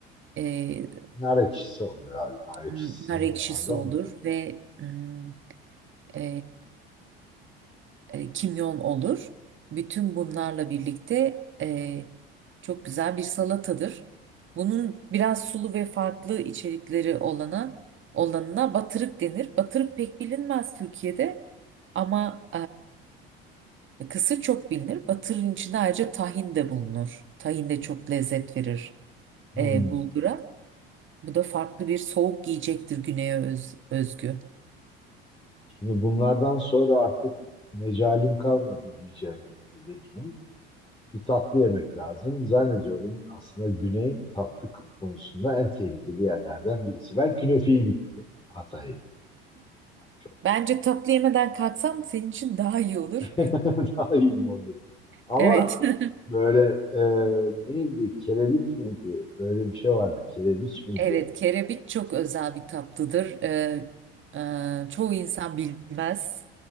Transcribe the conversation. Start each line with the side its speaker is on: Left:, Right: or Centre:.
Right: E,
Left: Nar ekşisi olur herhalde. Nar
Right: hmm,
Left: ekşisinin
Right: nar ekşisi
Left: oralarda
Right: olur
Left: muhteşem.
Right: ve hmm, e, e, kimyon olur. Bütün bunlarla birlikte e, çok güzel bir salatadır. Bunun biraz sulu ve farklı içerikleri olana olanına batırık denir. Batırık pek bilinmez Türkiye'de ama e, kısır çok bilinir. Batırın içinde ayrıca tahin de bulunur. Tahin de çok lezzet verir
Left: Hmm.
Right: e, bulgura. Bu da farklı bir soğuk yiyecektir güneye öz- özgü.
Left: Şimdi bunlardan sonra artık mecalim kalmadı diyeceğim. Demeyeyim. Bir tatlı yemek lazım. Zannediyorum aslında Güney tatlı konusunda en tehlikeli yerlerden birisi. Ben künefeyi biliyorum. Hatay çok
Right: Bence
Left: meşhur.
Right: tatlı yemeden kalksam senin için daha iyi olur.
Left: <laughs> Daha iyi mi oldu? Ama
Right: Evet. <laughs>
Left: böyle e, neydi? Kereviç miydi? Böyle bir şey vardı. Kereviç miydi?
Right: Evet, kerebit çok özel bir tatlıdır. Ee, e, çoğu insan bilmez.